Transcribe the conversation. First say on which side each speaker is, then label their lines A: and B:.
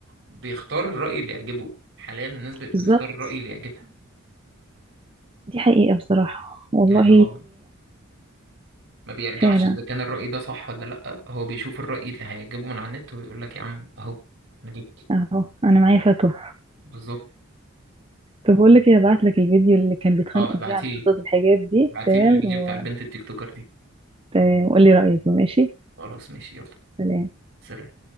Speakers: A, on the right; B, on the right.
A: بيختار الرأي اللي يعجبه حاليا الناس بقت بتختار
B: بالظبط
A: الرأي اللي يعجبها
B: دي حقيقة بصراحة والله
A: يعني هو ما بيرجعش
B: فعلا
A: إذا كان الرأي ده صح ولا لأ هو بيشوف الرأي اللي هيعجبه من على النت ويقول لك يا عم أهو أنا جبت
B: أهو أنا معايا فتوى
A: بالظبط
B: طب بقول لك إيه هبعتلك الفيديو اللي كان بيتخانقوا
A: اه بعتيلي
B: فيه على قصة الحجاب دي
A: بعتيلي
B: تمام
A: الفيديو
B: و...
A: بتاع البنت التيك توكر دي
B: تمام وقولي رأيك ماشي
A: خلاص ماشي يلا
B: سلام
A: سلام